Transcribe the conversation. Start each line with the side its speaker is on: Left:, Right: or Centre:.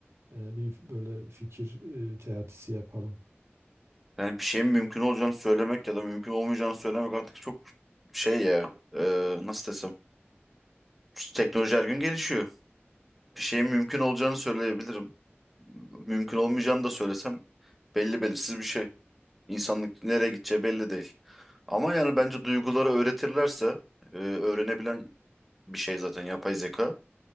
Right: e, bir böyle fikir e, teatisi yapalım.
Centre: Yani bir şeyin mümkün olacağını söylemek ya da mümkün olmayacağını söylemek artık çok şey ya e, nasıl desem teknoloji her gün gelişiyor. Bir şeyin mümkün olacağını söyleyebilirim. Mümkün olmayacağını da söylesem belli belirsiz bir şey. İnsanlık nereye gideceği belli değil. Ama yani bence duyguları öğretirlerse e, öğrenebilen bir şey zaten yapay zeka.